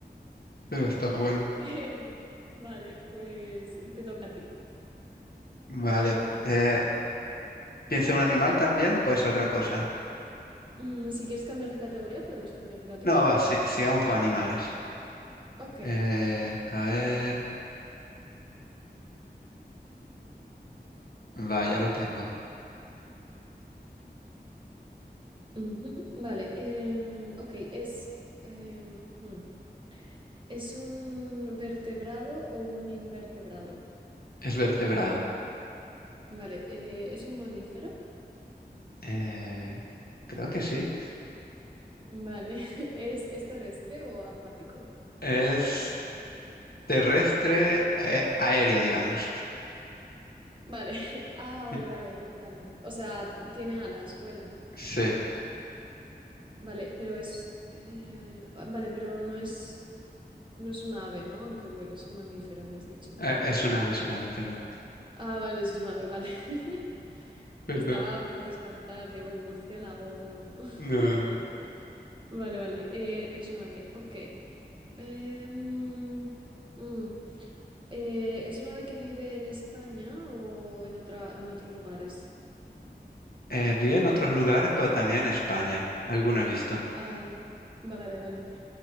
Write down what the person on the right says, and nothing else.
Ok.
<laughs> Vale, pues te toca a ti.
Mm, si quieres cambiar de categoría, podemos cambiar de categoría.
Ok.
Ujú, Vale. em, ok, es, em, hmm, ¿es un vertebrado o un invertebrado?
Vale, eh, ¿es un mamífero?
Vale, <laughs> ¿es, es terrestre o acuático?
Vale, <laughs> ah,
vale, vale, vale. O sea, tiene alas, vuela.
Vale, pero es... eh, ah, vale, pero no es, no es un ave, ¿no? Aunque vuele, es un mamífero, me has dicho.
Ah, vale, es un ave, vale. <laughs>
Estaba por descartar, digo, el murciélago o algo. <laughs>
Vale, vale, eh, es un ave, ok. Em, mm, eh, ¿es un ave que vive en España o en otra, en otros lugares?
Ah, vale, vale.